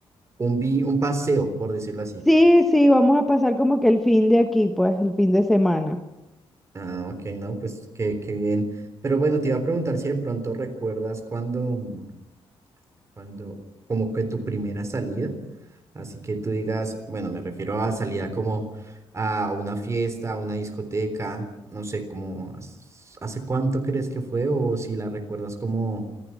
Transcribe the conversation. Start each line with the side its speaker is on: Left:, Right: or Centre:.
Right: un, vi- un paseo, por decirlo así.
Centre: Sí, sí, vamos a pasar como que el fin de aquí, pues el fin de semana.
Right: Ah, ok, no, pues qué, qué bien. Pero bueno, te iba a preguntar si de pronto recuerdas cuando... Cuando, como que tu primera salida, así que tú digas, bueno, me refiero a salida como a una fiesta, a una discoteca, no sé, como has- hace cuánto crees que fue o si la recuerdas como,